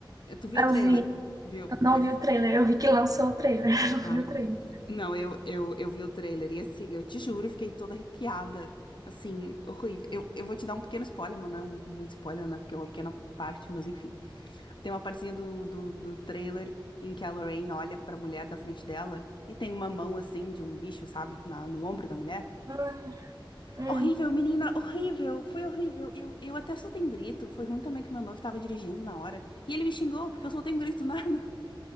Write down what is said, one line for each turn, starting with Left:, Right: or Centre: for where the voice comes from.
Left: Eh, Tu viu
Right: eu
Left: o trailer?
Right: vi.
Left: Viu?
Right: Eu não
Left: Pois.
Right: vi o trailer, eu vi que lançou o trailer. <laughs> Eu não
Left: Ah,
Right: vi o trailer.
Left: não, eu, eu, eu vi o trailer e assim, eu te juro, eu fiquei toda arrepiada. Assim, horrível. Eu, eu vou te dar um pequeno spoiler, mas não é um- muito spoiler, né? Porque é uma pequena parte, mas enfim. Tem uma partezinha do, do, do trailer em que a Lorraine olha pra mulher da frente dela e tem uma mão assim de um bicho, sabe? Na, no ombro da mulher.
Right: Ai, hum.
Left: Horrível, menina, horrível, foi horrível. Eu, eu até soltei um grito. Foi ruim também que meu noivo tava dirigindo na hora. E ele me xingou porque eu soltei um grito do nada.